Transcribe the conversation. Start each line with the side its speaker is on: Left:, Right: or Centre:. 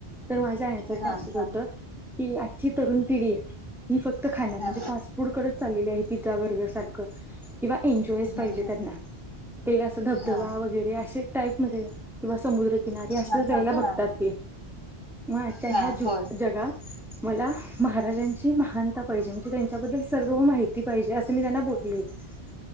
Centre: तर माझ्या याण्यासारख्या
Left: हा
Centre: अस
Left: हा हा.
Centre: होत, की आजची तरुण पिढी आहे. फक्त खा म्हजे
Left: हा
Centre: फस्ट फूडचल आहेत <unintelligible> पिझ्झा बर्गर सारखं किंवा एन्जॉयस
Left: हम्म
Centre: पाहिजे
Left: हम्म
Centre: त्यांना, ते असं धबधबा
Left: हा.
Centre: वगैरे असे टाईप मध्ये किंवा समुद्रकिनारी असं
Left: हा
Centre: जायला
Left: हा
Centre: बघतात,
Left: हा
Centre: ते मग आजच्या
Left: हा
Centre: ह्या
Left: होय.
Centre: जगात. मला महाराज. पाहिजे म्हणे त्यांच्या सर्व माहिती. जे असं मी त्यांना बले <unintelligible>